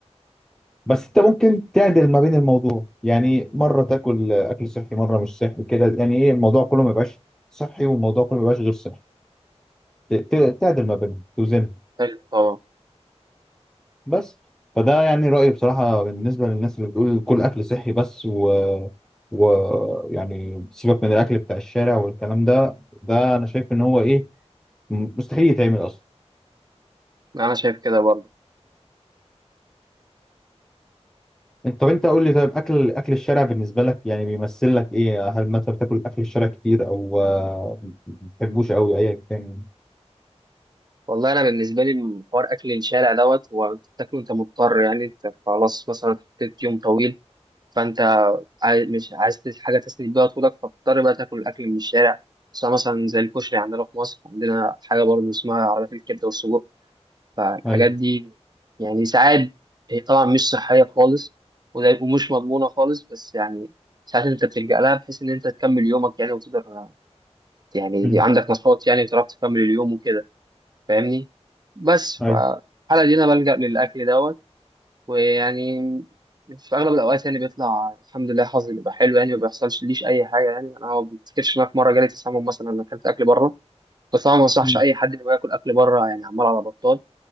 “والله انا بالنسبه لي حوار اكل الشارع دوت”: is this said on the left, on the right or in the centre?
Right